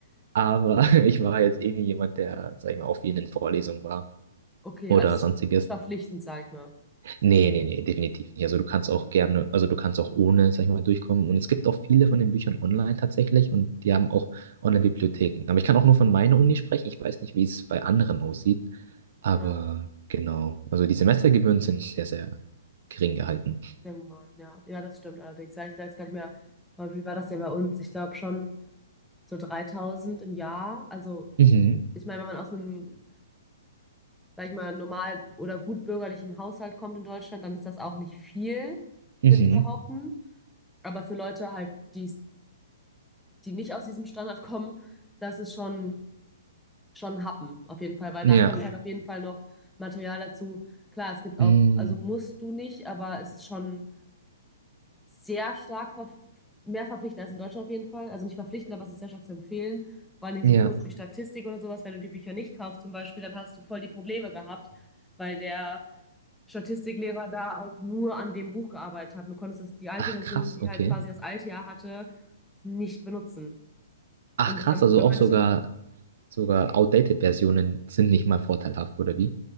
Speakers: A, on the right (about 55°); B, in the centre.
A: aber <laughs> ich war jetzt eh nie jemand, der, sag ich mal, auf vielen Vorlesungen war
B: Okay,
A: oder
B: also es
A: sonstiges.
B: ist nicht verpflichtend, sage ich mal.
A: Nee, nee, nee, definitiv nicht. Also du kannst auch
B: Okay.
A: gerne, also du kannst auch ohne, sag ich mal, durchkommen. Und es gibt auch viele von den Büchern online tatsächlich und die haben auch Online-Bibliotheken. Aber ich kann auch nur von meiner Uni sprechen. Ich weiß nicht, wie es bei anderen aussieht. Aber
B: Ja,
A: genau, also die Semestergebühren sind sehr, sehr gering gehalten.
B: sehr human. Ja, ja, das stimmt allerdings. Sag ich da jetzt gar nicht mehr, aber wie war das denn bei uns? Ich glaube schon so 3000 im Jahr, also
A: Mhm,
B: ich meine, wenn man aus einem, sag ich mal, normal oder gut bürgerlichen Haushalt kommt in Deutschland, dann ist das auch nicht viel,
A: mhm,
B: würde ich behaupten. Aber für Leute halt, die, die nicht aus diesem Standard kommen, das ist schon, schon ein Happen, auf jeden Fall, weil
A: ja,
B: da kommt Ja. halt auf jeden Fall noch Material dazu. Klar, es gibt
A: mhm,
B: auch, also musst du nicht, aber es ist schon sehr stark ver mehr verpflichtend als in Deutschland auf jeden Fall. Also nicht verpflichtend, aber es ist sehr stark zu empfehlen. Vor allem
A: ja.
B: so Kurse wie Statistik oder sowas. Wenn du die Bücher nicht kaufst zum Beispiel, dann hast du voll die Probleme gehabt, weil der Statistiklehrer da auch nur an dem Buch gearbeitet hat. Du konntest das, die alte
A: Ach,
B: Version,
A: krass,
B: die
A: okay.
B: halt quasi das alte Jahr hatte, nicht benutzen.
A: Ach,
B: Und
A: krass,
B: dann
A: also
B: bei
A: auch
B: manchen
A: sogar, sogar outdated Versionen sind nicht mal vorteilhaft, oder wie?